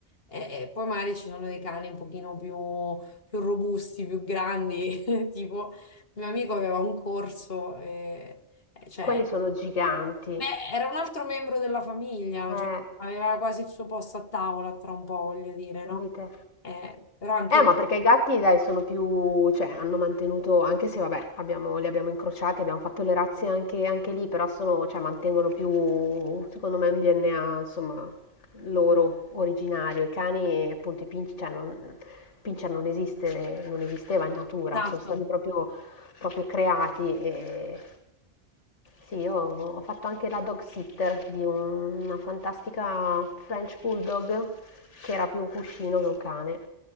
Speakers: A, on the left; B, on the left.
A: E, e poi magari ci sono dei cani un pochino più più robusti, più grandi. <laughs> Tipo, mio amico aveva un corso, e, eh, cioè,
B: quelli sono giganti,
A: beh, era un altro membro della famiglia,
B: eh,
A: cioè, aveva quasi il suo posto a tavola tra un po', voglio dire,
B: non
A: no?
B: dite.
A: Eh, però anche
B: Eh,
A: lì,
B: ma perché i gatti, dai, sono più, cioè, hanno mantenuto, anche se vabbè, abbiamo, li abbiamo incrociati, abbiamo fatto le razze anche, anche lì, però sono, cioè, mantengono più, secondo me, un DNA, insomma, loro originario. I cani, appunto, i pincher, cioè, non, pincher non esiste, non esisteva in natura,
A: esatto.
B: sono stati proprio, proprio creati e sì, io ho fatto anche la dog sitter di un- una fantastica French Bulldog che era più un cuscino che un cane.